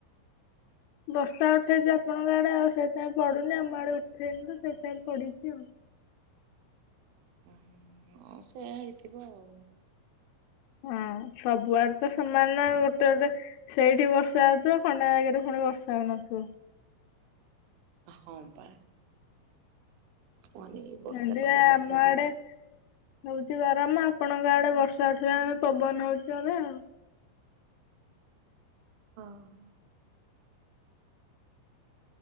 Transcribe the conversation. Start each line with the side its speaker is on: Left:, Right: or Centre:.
Left: ବର୍ଷା ଉଠେଇଛି ଆପଣଙ୍କ ଆଡେ, ଆଉ ସେଇଥିପାଇଁ ପଡୁନି ଆମ ଆଡେ ଉଠେଇନି ସେପାଇ ପଢିଛି ଆଉ।
Right: ଓ ହଁ ସେୟା ହେଇଥିବ ଆଉ।
Left: ହଁ। ସବୁଆଡେ ତ ସମାନ ଗୋଟେ ଗୋଟେ ସେଇଠି ବର୍ଷା ହଉଥିବ ଖଣ୍ଡା ଜାଗାରେ ପୁଣି ବର୍ଷା ହଉନଥିବ। ଆଛ।
Right: ହଁ ବା। କୁହନି ଏଇ
Left: ସେମିତିଆ
Right: ବର୍ଷା କଥା ବର୍ଷା
Left: ଆମ
Right: ଯୋଉ
Left: ଆଡେ ହଉଛି ଗରମ ଆପଣଙ୍କ ଆଡେ ବର୍ଷା ଉଠିଲମେ ପବନ ହଉଚ ଆ ଆଉ।
Right: ହଁ ହ।